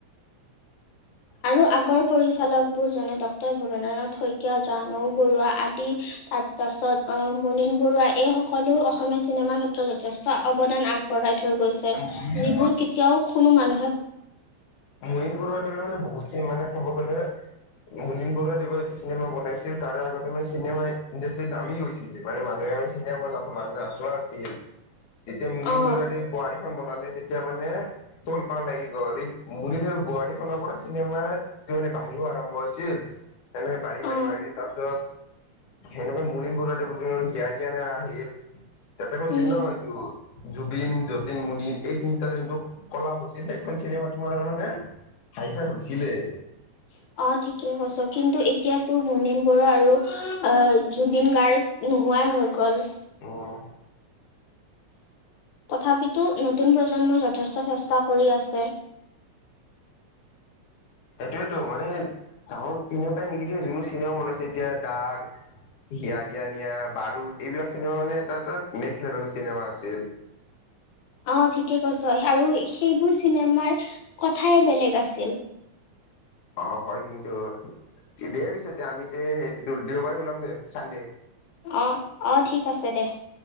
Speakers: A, on the left; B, on the left.
A: <unintelligible>
B: আৰু আগৰ পৰিচালক বোৰ জনে ডাক্টৰ ভবেন্দ্ৰনাথ শইকীয়া, জানৌ বৰুৱা আদি তাৰ তাৰপাছত মুনিন বৰুৱা এই সকলো অসমীয়া চিনেমাৰ ক্ষেত্ৰত যথেষ্ট অৱদান আগ পঢ়াই থৈ গৈছে
A: মুনীন
B: যিবোৰ কেতিয়াও কোনো মানুহে
A: মনিন বৰুৱাদেৱে বহুতখিনি মানে, ক'ব গ'লে মলিন বৰুৱা দেৱৰ চিনেমা বনাইছিল তাৰে আগতে মানে চিনেমা ইণ্ডাষ্ট্ৰি দামী হৈছিল। মানে মানুহে চিনেমা, মানুহে আছোৱা আছিল। যেতিয়া মনিন
B: অ
A: বৰুৱাই বোৱাৰীখন বনালে তেতিয়া মানে তোলপাৰ লাগি গ'ল মুনিনৰ বোৱাৰীখনৰ পৰা চিনেমাৰ সেইটো মানে বাঢ়িও আৰম্ভ হৈছিল। তেনেকে বাঢ়ি- বাঢ়ি-
B: অ
A: বাঢ়ি তাৰপিছত সেনেকৈ মুনিন বৰুৱাদেৱ হিয়া - দিয়া- নিয়া আহিল, তাতে কৈছিল
B: উম
A: ন এইটো জুবিন, যতীন, মুনিন। এই তিনিটা যোনটো কলা হৈছিল। সেইখন চিনেমা তোমাৰ মানে ফাই ফাই হৈছিলে।
B: <unintelligible> অ, ঠিকে কৈছ। কিন্তু এতিয়াতো মুনিন বৰুৱা আৰু অ, জুবিন গাৰ্গ নোহোৱাই হৈ গ'ল।
A: উম
B: তথাপিতো নতুন প্ৰজন্মই যথেষ্ট চেষ্টা কৰি আছে।
A: এইটোৱেতো মানে তিনিটাই মিলি যোনটো চিনেমা বনাইছে, এতিয়া দাগ হিয়া- দিয়া- নিয়া, বাৰুদ, এইবিলাক চিনেমা মানে এটা- এটা নেক্সট লেভেলৰ চিনেমা আছিল।
B: অ, ঠিকে কৈছা। আৰু সেইবোৰ চিনেমাৰ কথাই বেলেগ আছিল।
A: অ, হয় কিন্তু দেই পিছতে, এতিয়া আমি তে দেওবাৰে ওলাম, দে চানডে।
B: অঁ- অঁ, ঠিক আছে দে।